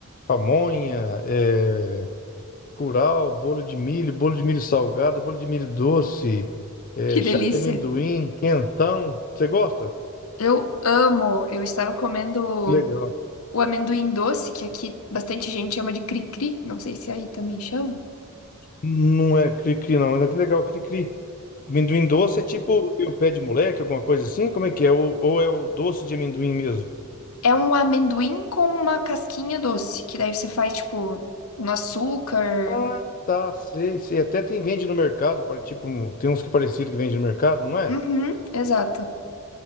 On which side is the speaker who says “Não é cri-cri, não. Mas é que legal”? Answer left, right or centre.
Left